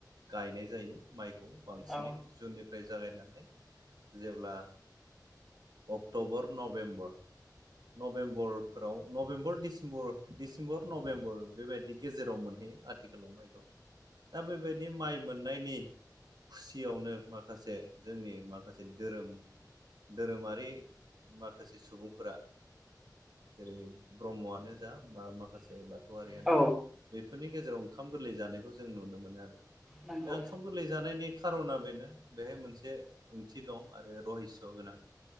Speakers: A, on the right; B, in the centre.
A: गायनाय जायो माइ खौ बांसिनै
B: औ
A: जुननिफ्राय जागायनानै जेब्ला अक्ट'बर नभेम्बर नभेम्बरफोराव नभेम्बर दिसेम्बर डिसेम्बर नभेबर बेबायदि गेजेराव मोनहैयो आथिखालाव माइखौ दा बेबायदि माइ मोननायनि खुसियावनो माखासे जोंनि माखासे धोरोम धोरोमारि माखासे सुबुंफोरा जेरै ब्रह्मआनो जा बा माखासे बा थौवरियानो
B: औ
A: जा बेफोरनि गेजेराव ओंखाम गोरलै जानायखौ जों नुनो मोनो आरो
B: नंगौ
A: दा ओंखाम गोरलै जानायनि खारना बेनो बेहाय मोनसे ओंथि दं आरो रहिस्स गोनां